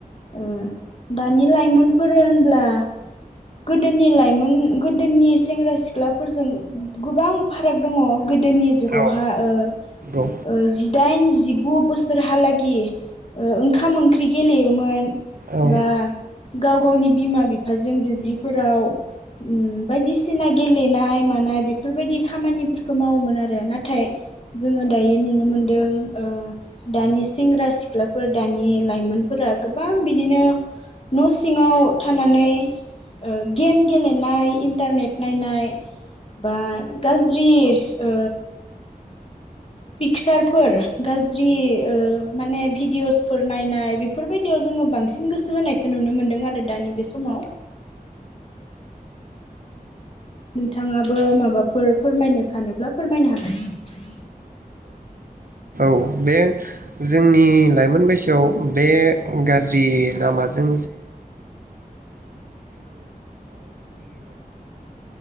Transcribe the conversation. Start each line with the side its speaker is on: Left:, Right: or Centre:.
Left: ओ दानि लाइमोनफोर होनब्ला गोदोनि लाइमोन गोदोनि सेंग्रा सिख्लाफोर गोबां फाराग दंङ गोदोनि जुगावहा
Right: औ
Left: ओ
Right: औ
Left: ओ जिदाइन जिगु बोसोरहालागि ओ ओंखाम ओंख्रि गेलेयोमोन।
Right: उम औ
Left: बा गाव गावनि बिमा बिफाजों दुब्लिफोराव ओम बायदिसिना गेलेनाय मानाय बेफोरबायदि खामानिफोरखौ मावोमोन आरो नाथ थाय जोङो दायो नुनो मोनद दों ओ दानि सेंग्रा सिख्लाफोर दानि लाइमोनफोरा गोबां बिदिनो न' सिङाव थानानै ओ गेम गेलेनाय इन्टारनेट नायनाय बा गाज्रि ओ पिक्सारफोर गाज्रि ओ माने भिडिअसफोर नायनाय बेफोरबायदियाव जोङो बांसिन गोसो होनायखौ नुनो मोन नों आरो दानि बे समाव <inaudible> नोंथाङाबो माबाफोर फोरमायनो सानोब्ला फोरमायनो हागोन।
Right: औ बे जोंनि लाइमोन बैसोआव बे गाज्रि लामाजों